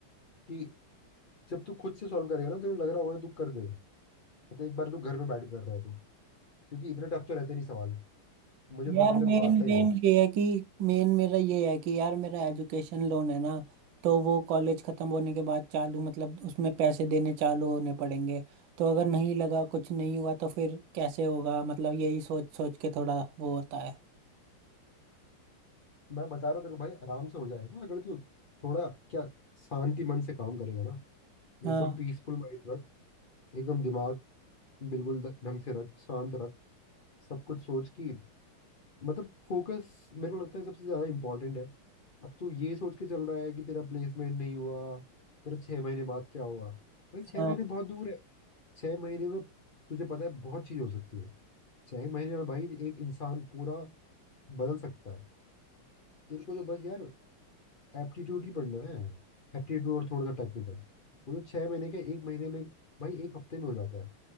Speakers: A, on the left; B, on the right.
A: कि जब तू खुद से सॉल्व करेगा ना तेरे को लग रहा होगा तू कर देगा मतलब एक बार तू घर में बैठ कर रहा है तू क्योंकि इतने टफ तो रहते नहीं सवाल मुझे पता
B: यार
A: है तेरे
B: मेन
A: को आता हाँ ही
B: मेन
A: होगा भाई
B: ये है कि मेन मेरा ये है कि यार मेरा एजुकेशन लोन है ना तो वो कॉलेज खत्म होने के बाद चालू मतलब उसमें पैसे देने चालू होने पड़ेंगे तो अगर नहीं लगा कुछ नहीं हुआ तो फिर कैसे होगा मतलब यही सोच सोच के थोड़ा वो होता है
A: मैं बता रहा हूँ तेरे को भाई आराम से हो जाएगा अगर तू थोड़ा क्या शांति मन से काम करेगा ना
B: हाँ
A: एकदम पीसफुल माइंड रख एकदम दिमाग बिल्कुल द- ढंग से रख शांत रख सब कुछ सोच की मतलब फोकस मेरे को लगता है सबसे ज़्यादा इम्पोर्टेंट है अब तू ये सोच के चल रहा है कि तेरा प्लेसमेंट नहीं हुआ तेरा छः महीने बाद क्या होगा भाई छः
B: हाँ
A: महीने बहुत दूर है छः महीने में तुझे पता है बहुत चीज़ हो सकती है छः महीने में भाई एक इंसान पूरा बदल सकता है तेरे को तो बस यार एप्टीट्यूड ही पढ़ना है एप्टीट्यूड और थोड़ा सा टेक्निकल वो तो छह महीने का एक महीने में भाई एक हफ्ते में हो जाता है